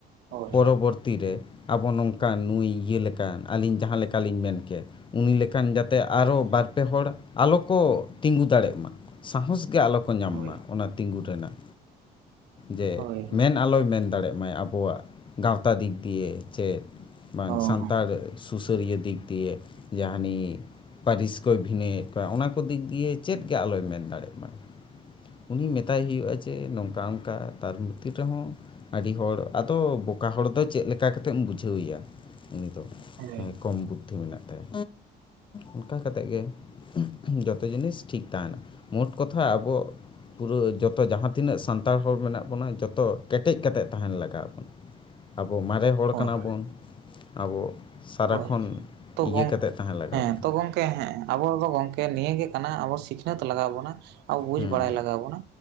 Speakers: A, on the right (about 80°); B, on the left (about 30°).
A: ᱦᱳᱭ
B: ᱯᱚᱨᱚᱵᱚᱨᱛᱤ ᱨᱮ ᱟᱵᱚ ᱱᱚᱝᱠᱟᱱ ᱱᱩᱭ ᱤᱭᱟᱹ ᱞᱮᱠᱟᱱ, ᱟᱹᱞᱤᱧ ᱡᱟᱦᱟᱸ ᱞᱮᱠᱟᱞᱤᱧ ᱢᱮᱱ ᱠᱮᱜ ᱩᱱᱤ ᱞᱮᱠᱟᱱ ᱡᱟᱛᱮ
A: ᱦᱳᱭ
B: ᱟᱨᱚ ᱵᱟᱨ ᱯᱮ ᱦᱚᱲ ᱟᱞᱚ ᱠᱚ ᱛᱤᱸᱜᱩ ᱫᱟᱲᱮᱜ ᱢᱟ᱾ ᱥᱸᱟᱦᱚᱥ ᱜᱮ ᱟᱞᱚ ᱠᱚ ᱧᱟᱢ
A: ᱦᱳᱭ
B: ᱢᱟ ᱚᱱᱟ ᱛᱤᱸᱜᱩ ᱨᱮᱱᱟᱜ᱾ ᱡᱮ
A: ᱦᱳᱭ
B: ᱢᱮᱱ ᱟᱞᱚᱭ ᱢᱮᱱ ᱫᱟᱲᱮᱜ ᱢᱟᱭ ᱟᱵᱚᱣᱟᱜ ᱜᱟᱶᱛᱟ ᱫᱤᱠ ᱫᱤᱭᱮ ᱪᱮᱫ ᱵᱟᱝ
A: ᱦᱳᱭ
B: ᱥᱟᱱᱛᱟᱲ ᱥᱩᱥᱟᱹᱨᱤᱭᱟᱹ ᱫᱤᱠ ᱫᱤᱭᱮ ᱡᱮ ᱦᱟᱱᱤ ᱯᱟᱹᱨᱤᱥ ᱠᱚᱭ ᱵᱷᱤᱱᱟᱹᱭᱮᱫ ᱠᱚᱣᱟ᱾ ᱚᱱᱟ ᱠᱚ ᱫᱤᱠ ᱫᱤᱭᱮ ᱪᱮᱫ ᱜᱮ ᱟᱞᱚᱭ ᱢᱮᱱ ᱫᱟᱲᱮᱜ ᱢᱟ᱾ ᱩᱱᱤ ᱢᱮᱛᱟᱭ ᱦᱩᱭᱩᱜ-ᱟ ᱡᱮ ᱱᱚᱝᱠᱟ ᱚᱱᱠᱟ ᱛᱟᱨ ᱵᱷᱤᱛᱤᱨ ᱨᱮᱦᱚᱸ ᱟᱹᱰᱤ ᱦᱚᱲ ᱟᱫᱚ ᱵᱚᱠᱟ ᱦᱚᱲ ᱫᱚ ᱪᱮᱫ ᱞᱮᱠᱟ ᱠᱟᱛᱮᱢ ᱵᱩᱡᱷᱟᱹᱣᱮᱭᱟ᱾ ᱩᱱᱤ ᱫᱚ
A: ᱦᱳᱭ
B: ᱡᱟᱦᱟᱭ ᱠᱚᱢ ᱵᱩᱫᱽᱫᱷᱤ ᱢᱮᱱᱟᱜ ᱛᱟᱭᱟ᱾ ᱚᱱᱠᱟ ᱠᱟᱛᱮᱜ ᱜᱮ ᱡᱚᱛᱚ ᱡᱤᱱᱤᱥ ᱴᱷᱤᱠ ᱛᱟᱦᱮᱱᱟ᱾ ᱢᱳᱴ ᱠᱟᱛᱷᱟ ᱟᱵᱚ ᱯᱩᱨᱟᱹ ᱡᱚᱛᱚ ᱡᱟᱦᱟᱸ ᱛᱤᱱᱟᱹᱜ ᱥᱟᱱᱛᱟᱲ ᱦᱚᱲ ᱢᱮᱱᱟᱜ ᱵᱚᱱᱟ, ᱡᱚᱛᱚ ᱠᱮᱴᱮᱡ ᱠᱟᱛᱮᱜ ᱛᱟᱦᱮᱱ ᱞᱟᱜᱟᱣ ᱵᱚᱱᱟ᱾
A: <inaudible>
B: ᱟᱵᱚ ᱢᱟᱨᱮ ᱦᱚᱲ
A: ᱦᱳᱭ
B: ᱠᱟᱱᱟ ᱵᱚᱱ᱾ ᱟᱵᱚ ᱥᱟᱨᱟᱠᱷᱚᱱ
A: ᱦᱳᱭ ᱛᱚ
B: ᱤᱭᱟᱹ
A: ᱜᱚᱝ
B: ᱠᱟᱛᱮᱫ ᱛᱟᱦᱮᱸ ᱞᱟᱜᱟᱣ ᱵᱚᱱᱟ᱾
A: ᱛᱚ ᱜᱚᱝᱠᱮ ᱦᱮᱸ ᱦᱮᱸ᱾ ᱟᱵᱚ ᱫᱚ ᱜᱚᱝᱠᱮ ᱱᱤᱭᱟᱹ ᱜᱮ ᱠᱟᱱᱟ ᱟᱵᱚ ᱥᱤᱠᱷᱱᱟᱹᱛ ᱞᱟᱜᱟᱣ ᱵᱚᱱᱟ, ᱟᱵᱚ ᱵᱩᱡᱽ
B: ᱦᱮᱸ
A: ᱵᱟᱲᱟᱭ ᱞᱟᱜᱟᱣ ᱵᱚᱱᱟ᱾